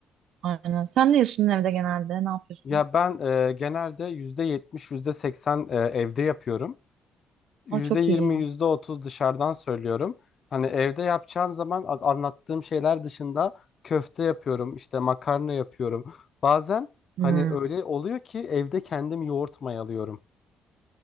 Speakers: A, on the right (about 80°); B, on the left (about 50°).
A: Aynen. Sen ne yiyorsun evde genelde? Ne yapıyorsun?
B: Ya ben e, genelde %70 %80 e, evde yapıyorum. %20,
A: Aa, çok iyi.
B: %30 dışarıdan söylüyorum. Hani evde yapacağın zaman a- anlattığım şeyler dışında köfte yapıyorum, işte makarna yapıyorum. Bazen
A: Hmm.
B: hani öyle oluyor ki evde kendim yoğurt mayalıyorum.